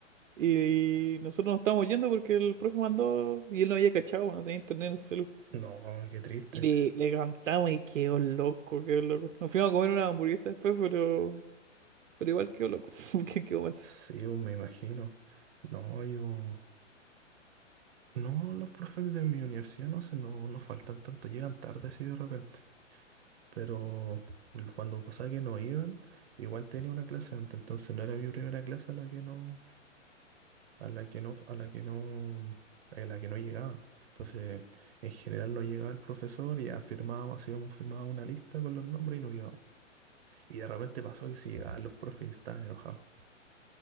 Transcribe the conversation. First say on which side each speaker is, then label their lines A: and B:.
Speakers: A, on the right; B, on the right.
A: Y nosotros nos estábamos yendo porque el profe mandó y él no había cachado, no tenía internet en el celu.
B: No, qué triste.
A: Y le, le cantamos y quedó loco, quedó loco. Nos fuimos a comer una hamburguesa después, pero, pero igual quedó loco, <laughs> porque quedó mal.
B: Sí, oh, me imagino. No, yo... No, los profes de mi universidad no, se, no, no faltan tanto, llegan tarde así de repente. pero cuando pasaba que no iban, igual tenía una clase antes, entonces no era mi primera clase a la que no, a la que no, a la que no, a la que no llegaba. Entonces, en general no llegaba el profesor y afirmábamos, hacíamos firmaba una lista con los nombres y no íbamos. Y de repente pasó que sí llegaban los profes y estaban enojados.